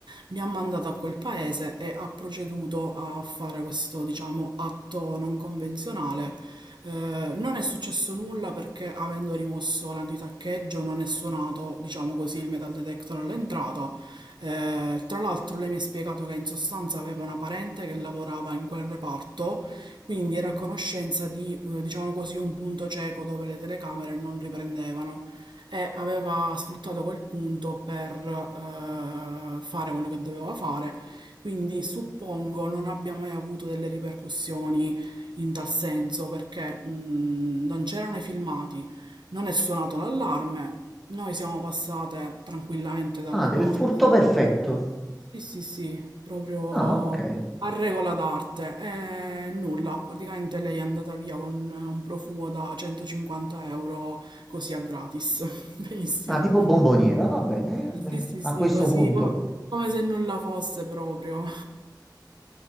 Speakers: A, on the right; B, in the centre.
A: mi ha mandato a quel paese e ha proceduto a fare questo, diciamo, atto non convenzionale. Eh, non è successo nulla perché avendo rimosso l'antitaccheggio non è suonato, diciamo così, il metal detector all'entrata. Eh, tra l'altro lei mi ha spiegato che in sostanza aveva una parente che lavorava in quel reparto quindi era a conoscenza di, eh, diciamo così, un punto cieco dove le telecamere non riprendevano e aveva sfruttato quel punto per eh, fare quello che doveva fare. Quindi suppongo non abbia mai avuto delle ripercussioni in tal senso perché mh, non c'erano i filmati, non è suonato l'allarme, noi siamo passate tranquillamente dalle
B: Ah, del
A: porte.
B: furto
A: insomma.
B: perfetto.
A: Sì, sì, sì, proprio
B: Ah, ok.
A: a regola d'arte. E nulla, praticamente lei è andata via con un profumo da 150 euro così a gratis. <laughs> Benissimo.
B: Ah, tipo bomboniera, va bene. eh, Beh,
A: Sì, sì,
B: a
A: sì,
B: questo
A: così
B: punto.
A: co- come se nulla fosse proprio.